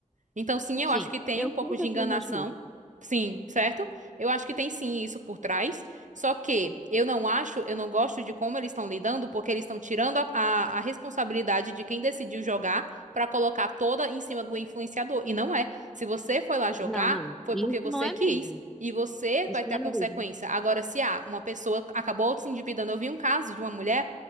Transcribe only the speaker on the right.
Então, sim, eu
acho que tem
um pouco
de enganação.
Sim, certo? Eu acho que tem sim isso por trás. Só que eu não acho, eu não gosto de como eles estão lidando, porque eles estão tirando a, a, a responsabilidade de quem decidiu jogar pra colocar toda em cima do influenciador. E não é. Se você foi lá jogar,
foi
porque você
quis.
E você
vai ter
a
consequência.
Agora, se ah, uma pessoa acabou se endividando, eu vi um caso de uma mulher